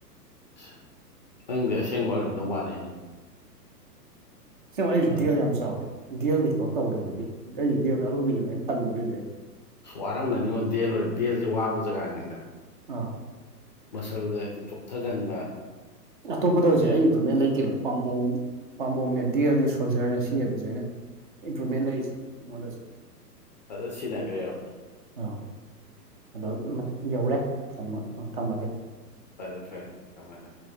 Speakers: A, on the left; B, on the right.
A: ꯁ ꯅꯪꯗꯤ ꯑꯁꯦꯡꯕ ꯑꯣꯏꯔꯝꯗꯧ ꯃꯥꯂꯤꯅꯦ
B: ꯑꯁꯦꯡꯕ ꯑꯩ
A: ꯑꯗꯨꯝ
B: ꯗꯦꯜ ꯌꯥꯝ ꯆꯥꯎꯋꯦ ꯗꯦꯜꯒꯤ ꯊꯕꯛ ꯇꯧꯒꯤꯕꯒꯤ ꯑꯩ ꯗꯦꯜꯗ ꯑꯔꯣꯏꯕꯤꯅꯦꯕ ꯑꯩꯅ ꯇꯝꯃꯤꯖꯦ ꯍꯧꯖꯤꯛ ꯑꯩꯅ
A: ꯋꯥꯔꯝꯒꯅꯤꯉꯣ ꯗꯦꯜ ꯂꯣ ꯗꯦꯜꯁꯦ ꯋꯥꯕ ꯖꯒꯥꯅꯤꯗꯅ
B: ꯑꯧ
A: ꯃꯁꯜꯗꯣ ꯍꯥꯏꯗꯤ ꯆꯣꯛꯊꯒꯟꯕ
B: ꯑꯇꯣꯞꯄꯗ ꯍꯧꯖꯤꯛ
A: ꯑꯌꯨꯛ
B: ꯑꯩ ꯏꯝꯄ꯭ꯔꯨꯚꯃꯦꯟꯗ ꯂꯩꯇꯦꯕ ꯄꯥꯝꯕꯣꯝ ꯄꯥꯝꯕꯣꯝꯅꯦ ꯗꯦꯜꯅꯦ ꯁꯣꯜꯖꯔꯅꯦ ꯁꯤꯅꯦꯕꯍꯧꯖꯤꯛ ꯑꯩꯅ ꯏꯝꯄ꯭ꯔꯨꯚꯃꯦꯟꯗ ꯂꯩꯁꯤ ꯑꯩꯉꯣꯟꯗ ꯍꯧꯖꯤꯛ
A: ꯑꯗ ꯁꯤꯟꯅꯒ꯭ꯔꯦꯕ
B: ꯑꯥ ꯑꯗꯣ ꯎꯝ ꯌꯧꯔꯦ ꯊꯝꯃꯥ ꯑ ꯊꯝꯃꯒꯦ
A: ꯐꯔꯦ ꯐꯔꯦ ꯊꯝꯃꯣ ꯊꯝ